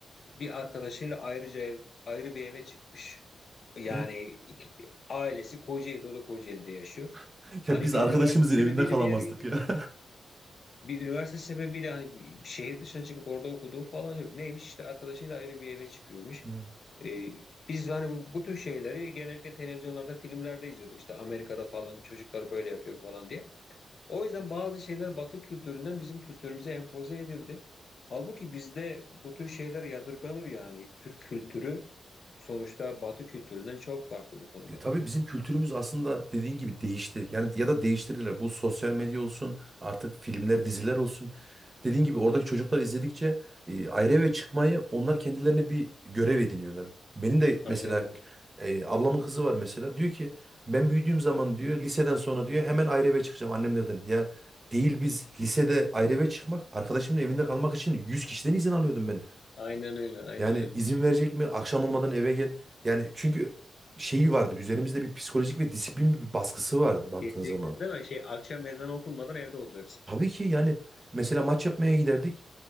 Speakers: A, on the left; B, on the right.
A: bir arkadaşıyla ayrıca ev, ayrı bir eve çıkmış. Yani
B: Evet.
A: iki- ailesi Kocaeli'de, o da Kocaeli'de yaşıyor.
B: <laughs>
A: Hani
B: Ya biz
A: bir
B: arkadaşımızın
A: üniversite sebebiyle
B: evinde kalamazdık
A: bir yere gidiyor
B: ya.
A: bir üniversite sebebiyle hani bir şehir dışına çıkıp orada okuduğu falan yok. Neymiş işte arkadaşıyla ayrı bir eve çıkıyormuş.
B: <laughs>
A: Ee, biz hani bu, bu tür şeyleri genellikle televizyonlarda, filmlerde izliyorduk. İşte Amerika'da falan çocuklar böyle yapıyor falan diye. O yüzden bazı şeyler Batı kültüründen bizim kültürümüze empoze edildi. Halbuki bizde bu tür şeyler yadırganır yani. Türk kültürü sonuçta Batı kültüründen çok farklı bu konuda.
B: E, tabii bizim kültürümüz aslında dediğin gibi değişti. Yani ya da değiştirdiler. Bu sosyal medya olsun, artık filmler, diziler olsun. Dediğin gibi oradaki çocuklar izledikçe e, ayrı eve çıkmayı onlar kendilerine bir görev ediniyorlar. Benim de
A: Aynen
B: mesela
A: öyle.
B: e, ablamın kızı var mesela. Diyor ki ben büyüdüğüm zaman diyor liseden sonra diyor hemen ayrı eve çıkacağım annemlerden. Ya değil biz lisede ayrı eve çıkmak, arkadaşımın evinde kalmak için 100 kişiden izin alıyordum ben.
A: Aynen öyle. Aynen
B: Yani
A: öyle.
B: izin verecek mi? Akşam olmadan eve gel. Yani çünkü şeyi vardı. Üzerimizde bir psikolojik ve disiplin bir baskısı vardı baktığın
A: Kesinlikle.
B: zaman.
A: Değil mi? Şey, akşam ezanı okunmadan evde olacaksın.
B: Tabii ki yani mesela maç yapmaya giderdik.